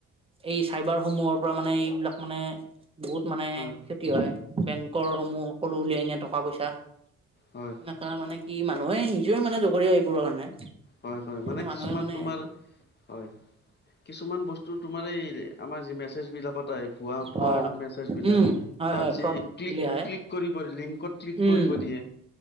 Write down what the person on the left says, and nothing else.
হয়
হয়
হয় হয়
মানে
কিছুমান
তোমাৰ হয় কিছুমান বস্তু তোমাৰ এই আমাৰ যি মেছেজ বিলাকত আহে ভূৱা ফ্ৰড
মেছেজ বিলাক
তাত
যি ক্লিক
ক্লিক কৰিব লিংকত ক্লিক
কৰিব দিয়ে